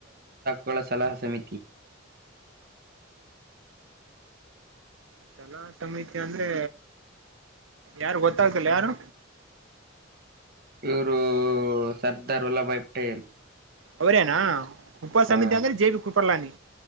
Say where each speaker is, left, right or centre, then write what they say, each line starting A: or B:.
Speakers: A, on the right (about 50°); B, on the right (about 75°).
A: ಗಳ ಸಲಹಾ ಸಮಿತಿ
B: ಸಲಹಾ ಸಮಿತಿ ಅಂದ್ರೆ ಯಾರು ಗೊತ್ತಾಗ್ತಲ್ಲ ಯಾರು
A: ಇವರು ಸರ್ದಾರ್ ವಲ್ಲಭಭಾಯ್ ಪಟೇಲ್
B: ಅವರೇನಾ ಉಪ ಸಮಿತಿ
A: ಹಾ
B: ಅಂದ್ರೆ ಜೇ ಬಿಿ ಕುಪ್ಪಳ್ಳಾನಿ